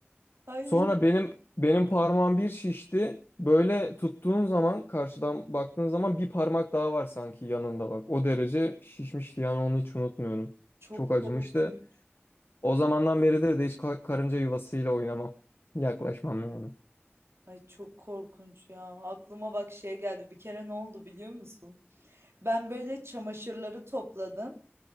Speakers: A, on the right; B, on the left.
A: ay
B: Sonra benim benim parmağım bir şişti. Böyle tuttuğun zaman karşıdan baktığın zaman bir parmak daha var sanki yanında bak. O derece şişmişti yani onu hiç unutmuyorum.
A: çok
B: Çok acımıştı.
A: korkunç.
B: O zamandan beridir de hiç ka- karınca yuvasıyla oynamam. <laughs> Yaklaşmam yani.
A: Ay çok korkunç ya. Aklıma bak şey geldi. Bir kere ne oldu biliyor musun? Ben böyle çamaşırları topladım.